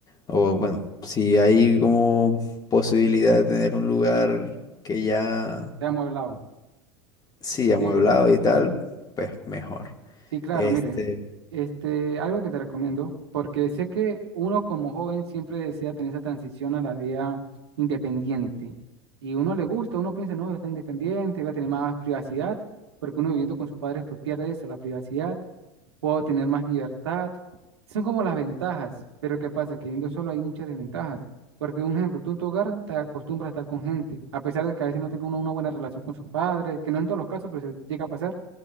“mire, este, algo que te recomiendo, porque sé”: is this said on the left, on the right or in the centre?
Right